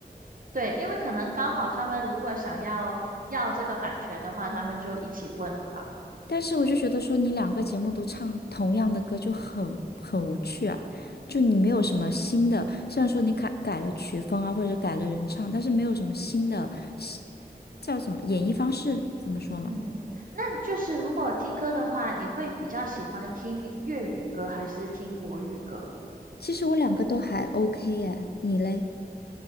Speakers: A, on the right; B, on the left.
A: 对，因为可能刚好他们如果想要要这个版权的话，他们就一起问了吧。
B: 但是我就觉得说，你两个节目都唱同样的歌就很很无趣啊，就你没有什么新的，
A: 嗯
B: 虽然说你改改了曲风啊，或者改了人唱，但是没有什么新的，新叫什么演绎方式，怎么说呢？
A: 嗯，那就是如果听歌的话，你会比较喜欢听粤语歌还是听国语歌？
B: 其实我两个都还 OK 耶，你嘞？